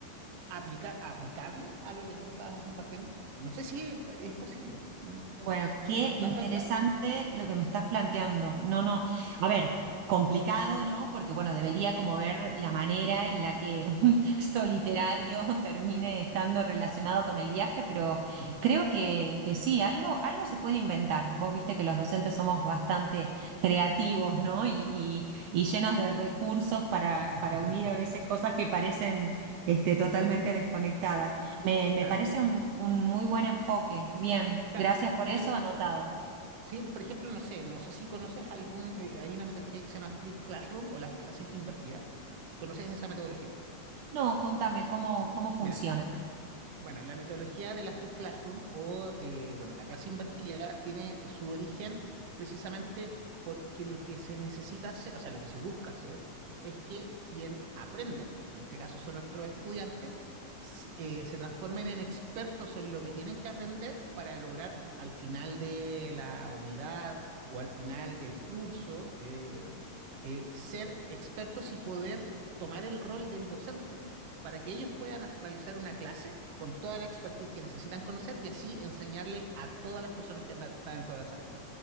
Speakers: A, on the right; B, on the right.
A: aplica- aplicable a lo que tú estás impartiendo. No sé si es posible. Mm,
B: Bueno, qué
A: ¿Lo,
B: interesante
A: lo has pensado?
B: lo que me estás planteando. No, no. A ver, complicado, ¿no? Porque, bueno, debería como ver la manera en la que <laughs> un texto literario <laughs> termine estando relacionado con el viaje, pero
A: Ujú.
B: creo que, que sí, algo, algo se puede inventar. Vos viste que los docentes somos bastante creativos, ¿no? Y, y- y llenos de recursos para,
A: <laughs>
B: para unir a veces cosas que parecen este, totalmente desconectadas. Me, me
A: Claro.
B: parece un, un muy buen enfoque. Bien,
A: Claro.
B: gracias por
A: Mira,
B: eso, anotado.
A: sí, por ejemplo, no sé, no sé si conoces algún, eh, hay una metodología que se llama Flip Classroom o las clases invertidas. ¿Conoces esa metodología?
B: No, contame cómo, cómo funciona.
A: Mira, Bueno, la metodología de la Flip Classroom o, eh, bueno, la clase invertida tiene su origen precisamente porque lo que se necesita hacer, o sea, lo que se busca hacer es que quien aprende, que en este caso son nuestros estudiantes, s- eh, se transformen en expertos en lo que tienen que aprender para lograr co- al final de la unidad o al final del curso, eh, eh, ser expertos y poder tomar el rol del docente para que ellos puedan as- realizar una clase con toda la expertise que necesitan conocer y así enseñarle a todas las personas que andan, están dentro de la sala.